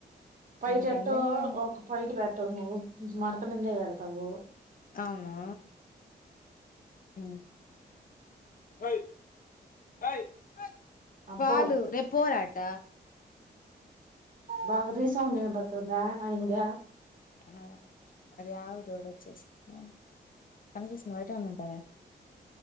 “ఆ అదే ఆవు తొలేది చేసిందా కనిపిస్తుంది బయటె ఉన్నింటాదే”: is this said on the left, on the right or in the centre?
Left